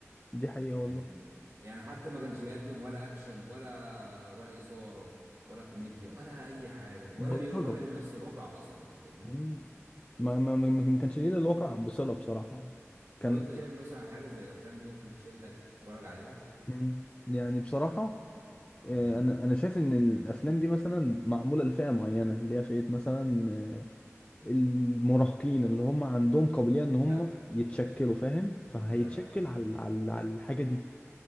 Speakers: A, on the left; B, on the right.
A: دي حقيقة والله
B: فاهم يعني حتى ما كانش بيقدم ولا اكشن ولا ولا اثاره ولا كوميديا ولا اي حاجه ولا
A: بلطجة
B: بي ولا بيمثل واقع اصلا فاهمني
A: مم. ما ما ما ما كانش ليه إلا الواقع بصلة بصراحة كان
B: طب انت شايف مثلا حاجه زي الافلام دي ممكن تشدك تتفرج عليها
A: مم. يعني بصراحة آه،
B: امم
A: انا انا شايف ان الافلام دي مثلا معمولة لفئة معينة اللي هي فئة مثلا آه، المراهقين اللي هم عندهم قابلية ان هم
B: جدع
A: يتشكلوا فاهم فهيتشكل
B: جدع جدع
A: على على على الحاجة دي